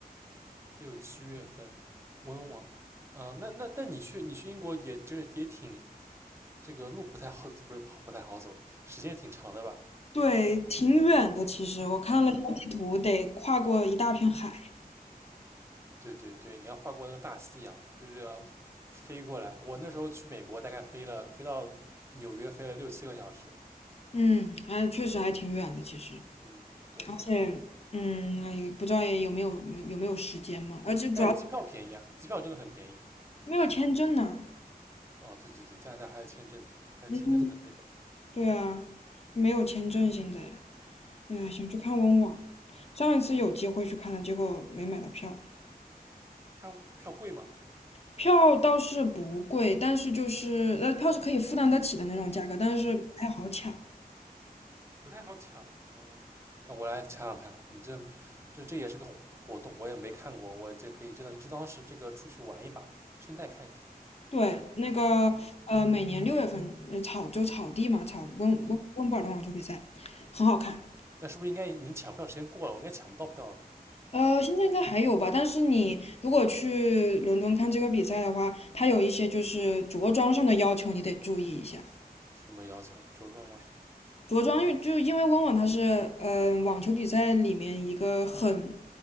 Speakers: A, on the right; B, on the left.
A: 六七月份温网啊、呃那那那你去你去英国也也就是也挺这个路不太好，不是跑不太好走，时间挺长的吧？
B: 对，挺远的。其实我看了一下地图，
A: 嗯，
B: 得跨过一大片海。
A: 对对对，你要跨过那个大西洋，就是要飞过来。我那时候去美国大概飞了飞到纽约飞了六七个小时。
B: 嗯，还确实还挺远的。其实，
A: 嗯，对，
B: 而且，嗯，哎不知道也有没有有没有时间嘛？而且主要
A: 但是机票便宜啊，机票真的很便宜。
B: 没有签证呢。
A: 哦，对对对，加拿大还要签证，还要签证才能飞过来。
B: 嗯，对啊，没有签证现在。哎，想去看温网，上一次有机会去看了，结果没买到票。
A: 它票贵吗？
B: 票倒是不贵，但是就是呃，票是可以负担得起的那种价格，但是不太好抢。
A: 嗯嗯嗯不太好抢。嗯，那我来抢抢看。你这这这也是个活活动，我也没看过，我这可以就当就当是这个出去玩一把，顺带看一下。
B: 对，那个呃，
A: 嗯，
B: 每年六月份呃草就草地嘛，草温温温布尔的网球比赛很好看。
A: 嗯，那是不是应该已经抢票时间过了？我应该抢不到票了。
B: 呃，现在应该还有吧，但是你如果去伦敦看这个比赛的话，它有一些就是着装上的要求，你得注意一下。
A: 什么要求？着装要什么？
B: 着装因为就因为温网它是呃网球比赛里面一个很